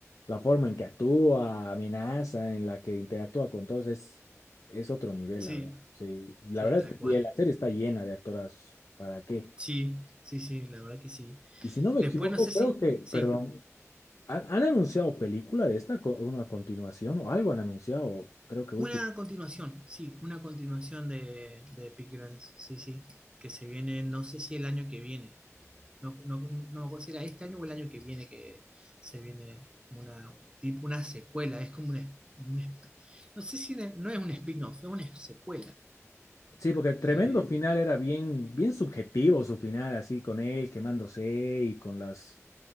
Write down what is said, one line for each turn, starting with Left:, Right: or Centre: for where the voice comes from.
Left: la forma en que actúa, amenaza, en la que interactúa con todos es, es otro nivel,
Right: Sí,
Left: la verdad. Sí, la
Right: sí,
Left: verdad
Right: tal
Left: es que
Right: cual.
Left: sí, la serie está llena de actorazos, ¿para qué?
Right: Sí, sí, sí, la verdad que sí.
Left: Y si no me equivoco,
Right: Después, no sé
Left: creo
Right: si,
Left: que,
Right: sí.
Left: perdón, han, han anunciado película de esta, co- una continuación o algo han anunciado, creo que último.
Right: Una continuación, sí, una continuación de, de Peaky Blinders, sí, sí, que se viene, no sé si el año que viene, no, no, no me acuerdo si era este año o el año que viene que se viene una, tipo una secuela, es como una, una- no sé si ne- no es un spin-off, es una secuela
Left: Sí, porque tremendo
Right: de,
Left: final era bien, bien subjetivo su final, así con él quemándose y con las,